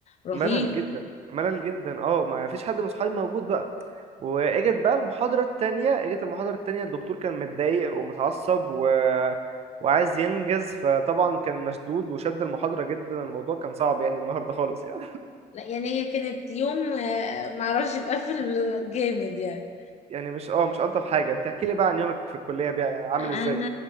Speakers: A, on the left; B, on the right.
A: رهيب
B: ملل جدا ملل جدا اه ما فيش حد من صحابي موجود بقى واجت بقى المحاضرة التانية اجت المحاضرة التانية الدكتور كان متضايق ومتعصب و... وعايز ينجز فطبعا كان مشدود وشد المحاضرة جدا الموضوع كان صعب يعني النهاردة خالص يعني <laughs>
A: لا يعني هي كانت يوم آه، معرفش بقفل جامد يعني
B: يعني مش اه مش ألطف حاجة انت احكي لي بقى عن يومك في الكلية بقى عامل
A: انا
B: ازاي